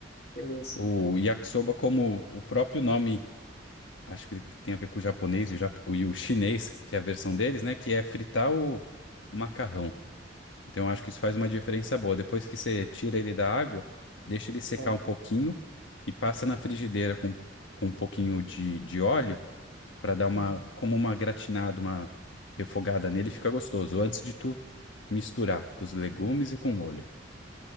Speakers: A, on the left (about 55°); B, on the left (about 80°).
A: Beleza.
B: O yakisoba, como o próprio nome, acho que ele tem a ver com o japonês e o, japo- e o chinês, que é a versão deles, né? Que é fritar o, o macarrão. Então, eu acho que isso faz uma diferença boa. Depois que você tira ele da água, deixa ele secar
A: Bom.
B: um pouquinho e passa na frigideira com, com um pouquinho de, de óleo para dar uma,
A: Uhum.
B: como uma gratinada, uma refogada nele, fica gostoso. Antes de tu misturar com os legumes e com o molho.